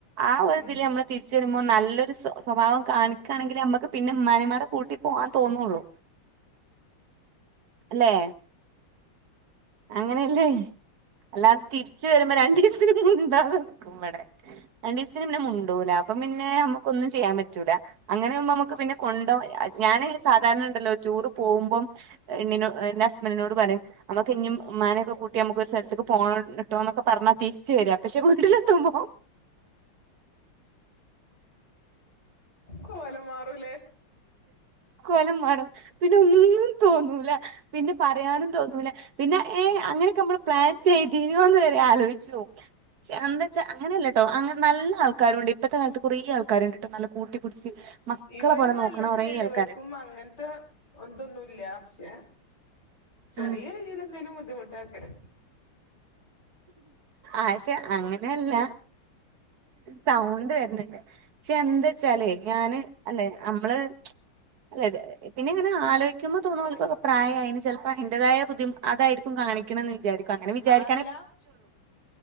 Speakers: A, on the right; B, on the left.
A: ആ ഒരു ഇതില്
B: ഉം
A: നമ്മള് തിരിച്ച വരുമ്പോൾ നല്ലൊരു സ്വഭാവം കാണിക്കാണെങ്കിൽ നമ്മുക്ക് പിന്നെ ഉമ്മാനിപാടെ കൂട്ടി പോകാൻ തോന്നുള്ളു അല്ലെ അങ്ങനെയല്ലേ അല്ലാതെ തിരിച്ച വരുമ്പോ രണ്ടു ദിവസത്തിന് മിണ്ടാതെ നിക്കും ഇവിടെ രണ്ടീസത്തിന്ന് മുണ്ടൂല അപ്പ പിന്നെ നമ്മുക്കൊന്നും ചെയ്യാൻ പറ്റൂല അങ്ങനെവുബോ നമുക്ക് പിന്നെ കൊണ്ടോ ഞാന് സാധാരണ ഉണ്ടല്ലോ റ്റുറ് പോകുമ്പം ഇന്നിനോട് എന്റെ അസ്മനിനോട് പറയും നമുക്ക് ഇഞ്ഞും ഉമനെക്കെ കൂട്ടി നമുക്ക് ഒരു സ്ഥലത്ക് പോണട്ടോന്നൊക്കെ പറഞ്ഞ തിരിച്ചു വരി പക്ഷെ വീട്ടിലെത്തുമ്പോ
B: കോലം മാറൂല്ലേ
A: കോലം മാറും പിന്നെ ഒന്നും തോന്നൂല പിന്നെ പറയാനും തോന്നൂല പിന്നെ ഏ അങ്ങനെയൊക്കെ നമ്മള് പ്ലാൻ ചെയ്തിനുന്ന് വരെ ആലോചിച്ചു പോവും എന്താ വെച്ചാ അങ്ങനെല്ല കേട്ടോ അങ്ങനെ നല്ല ആൾക്കാരുണ്ട് ഇപ്പഴത്തെ കാലത്ത് കുറേ ആൾക്കാരുണ്ട് കേട്ടോ നല്ല കൂട്ടിപ്പടിച്ച് മക്കളെ
B: ഇവരും
A: പോലെ
B: നല്ലതന്നെയാണ്
A: നോകുന്ന കുറെ ആൾകാർ
B: ഇവർക്കും അങ്ങനത്തെ ബന്തൊന്നുല്ല പക്ഷേ ചെറിയ
A: ആ
B: രീതിയിൽ എന്തേലും ബുദ്ധിമുട്ടാക്കല്
A: ആശെ അങ്ങനെയല്ല സൗണ്ട് വരണണ്ട് ക്ഷെ എന്താച്ചാല് ഞാന് അല്ലെ നമ്മള് അല്ലെ ഇ പിന്നെങ്ങനെ ആലോയ്ക്കുമ്പോ തോന്നു ഓൽക്കൊക്കെ പ്രായായിന് ചെൽപ്പോ അയിന്റെതായ ബുദ്ധി അതായിരിക്കും കാണിക്കണം ന്ന് വിചാരി കങ്ങനെ വിചാരി
B: എല്ലാം